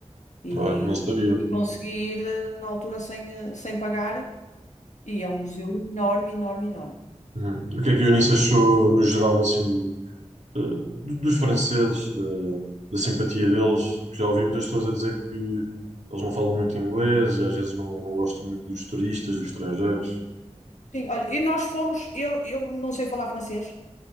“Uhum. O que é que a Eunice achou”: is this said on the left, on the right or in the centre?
Right